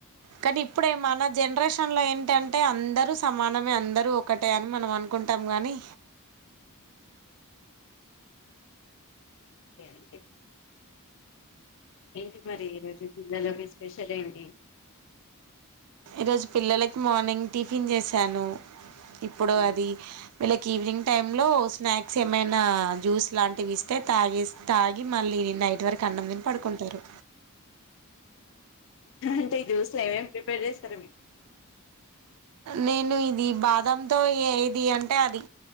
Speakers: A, on the right; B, on the left.
A: కానీ ఇప్పుడే మన జనరేషన్ లో ఏంటంటే అందరూ సమానమే అందరూ ఒకటే అని మనం అనుకుంటాము వని
B: అంతే అంతే ఏంటి మరి ఈరోజు పిల్లలో మీ స్పెషల్ ఏంటి
A: ఈరోజు పిల్లలకి మార్నింగ్ టిఫిన్ చేశాను ఇప్పుడు
B: ఉమ్.
A: అది వీళ్ళకి ఈవినింగ్ టైమ్ లో స్నాక్స్ ఏమైనా జ్యూస్ లాంటివి ఇస్ తే తాగిస్ తాగి మళ్ళీ నైట్ వరకు అన్నం దిని పడుకుంటరు
B: అంటే ఈ జూస్ ల ఏమేమి ప్రిపేర్ చేస్తరు మీరు
A: నేను ఇది బాదంతో ఏ ఏది అంటే అది